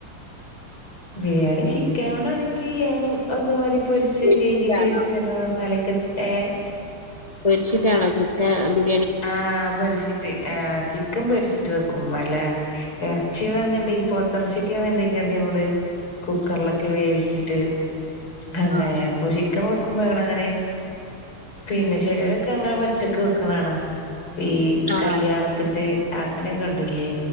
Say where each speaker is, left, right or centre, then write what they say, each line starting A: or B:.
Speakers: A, on the left (about 70°); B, on the left (about 20°).
A: ബിരിയാണി ചിക്കനോണ്ടാണെങ്കീ അതുമാരി പൊരിച്ചും
B: പൊരിച്ചിട്ടാണോ?
A: കെയിക്യോക്കെ വെച്ച് നല്ല മസാലെക്കെട്ട്
B: പൊരിച്ചിട്ടാണോ ചിക്കൻ
A: ആ പൊരിച്ചിട്ട് ആ ചിക്കൻ പൊരിച്ചിട്ട് വെക്കും. അല്ലെ ഇറച്ചിയാന്ന്ണ്ടെങ്കിൽ പോത്തിറച്ചിക്കെന്ന്ണ്ടെങ്കി അധികം കുക്കറിലക്കെ വേവിച്ചിട്ട് അങ്ങനെ
B: ആഹ്.
A: അപ്പോ ചിക്കൻ വേക്ണങ്ങനെ പിന്നെ ചെലരൊക്കെ അങ്ങനെ പച്ചക്ക് വെക്ക്ണ്കാണാ ഈ
B: ആഹ്
A: കല്യാണത്തിന്റെ അങ്ങനെയൊക്കണ്ടില്ലേ?